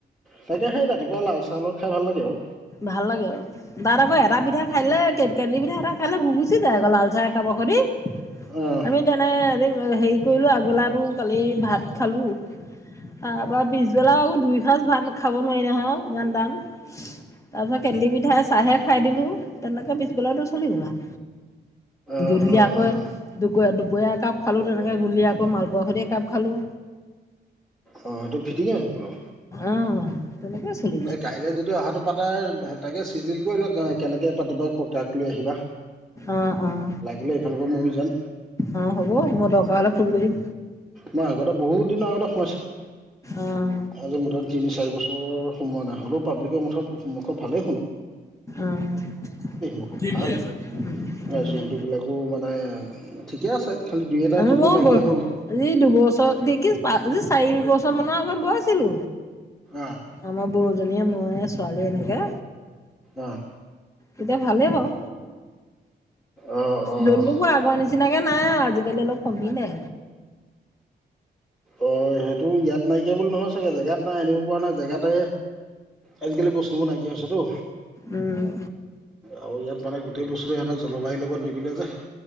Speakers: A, in the centre; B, on the left (about 15°).
A: তাইতিয়া সেই ৰাতিপুৱা লাল চাহলগত খাই ভাল লাগে আৰু
B: ভাল লাগে আৰু তাত আকৌ এটা পিঠা খাইললে কে কেটলি পিঠা খালে ভুক গুচি যায় আকৌ লাল চাহ একাপ হৈতি
A: অঁ
B: আমি তেনে হেৰি কৰিলোঁ আগবেলা টো কালি ভাত খালোঁ তাৰপৰা পিছবেলাও দুই সাঁজ ভাত খাব নোৱাৰি নহয় ইমান দাম তাৰপিছত কেটলি পিঠাই চাহে খাই দিলোঁ তেনেকৈ পিছবছলাটো চলি গ'ল আও
A: অঁ
B: গূধলি
A: অঁ
B: আকৌ
A: অঁ
B: দুক দু কুৱে একাপ খালোঁ তেনেকৈ গুলি আকৌ মালপোৱা খতি একাপ খালোঁ।
A: অ এইটো ফিটিঙে সেইটোনো
B: অঁ তেনেকেই চলি যায়।
A: কাইলে যদি অহাটো পা তাৰ তাকে চিজিল কৰি ল কাৰ কেনেকে পাতিবা কাক লৈ আহিবা
B: অঁ অঁ
A: লাগিলে এইফালৰ পৰা মইয়ো যাম।
B: অঁ হ'ব মই দৰকাৰ
A: এ
B: হ'লে ফোন কৰিম।
A: মই আগতে বহুত দিনৰ আগতে সোমাইছিলো
B: অঁ
A: আজি মুঠত তিনি চাৰি বছৰ সমোৱা নাই হ'লেও পাব্লিকৰ মুঠত মুখত ভালে।
B: উম
A: বহুত
B: কি
A: ভাল
B: কৰি আছ এতিয়া
A: আৰু জন্তুবিলাকো মানে ঠিকে আছে খালি দুই এটা
B: আমি
A: জন্তু
B: মই
A: নাইকিয়া
B: গল
A: হ'ল
B: আজি দুবছৰ <unintelligible> চাৰি বছৰ মানৰ আগত গৈছিলো
A: অঁ
B: আমাৰ বৌজনীয়ে মই আছো। ছোৱালী এনেকে
A: অঁ
B: এতিয়া ভালেই বাও।
A: অঁ অঁ
B: জলুবোৰ আগৰ নিচিনাকে নাই আৰু আজিকালি অলপ কমিলে।
A: অ' সেইটো ইয়াত নাইকিয়া বুলি নহয় চাগে! জেগাত নাই আনিব পৰা নাই জেগাতে। আজিকালি বস্তুবোৰ নাইকিয়া হৈছেতো।
B: উম,
A: আৰু ইয়াত মানে গোটেই বস্তুটো সিহঁতৰ জলবায়ুৰ লগত নিমিলে যে।